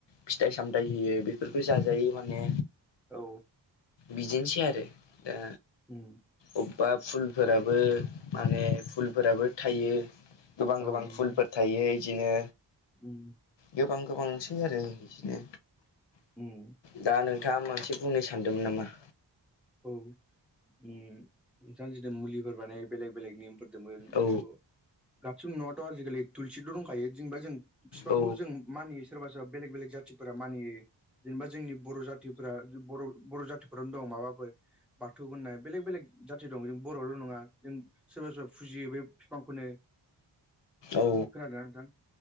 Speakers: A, on the left; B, in the centre.
A: फिथाइ सामथायाइ होयो बेफोरखौ जाजायो माने
B: औ
A: बिदिनोसै आरो दा
B: ओम
A: अबेबा फुलफोराबो माने फुलफोराबो थायो गोबां
B: औ
A: गोबां
B: नंगौ
A: फुलफोर थायो इदिनो
B: उम
A: गोबां गोबांसै आरो बिदिनो
B: उम
A: दा नों खोथा मानसे बुंनो सानदोंमोन नामा
B: औ ओम नोंथांआ जुदि मुलिफोर बानायो बेलेग बेलेग निम फोरदोबो
A: औ
B: मु गाबसिबो न'आथ' आजिखालि थुलसिथ' दंखायो जेनबा जों फिफांखौ
A: औ
B: जों मानियो सोरबा सोरबा बेलेग बेलेग जाथिफोरा मानियो जेनेबा जोंनि बर' जाथिफोरा बर बर' जाथिफोरानो दं माबा फोर बाथौ होननाय बेलेग बेलेग जाथि दं जों बर'ल' नङा जों सोरबा सोरबा फुजियो बे बिफांखौनो
A: औ
B: खोनादोंना नोंथां?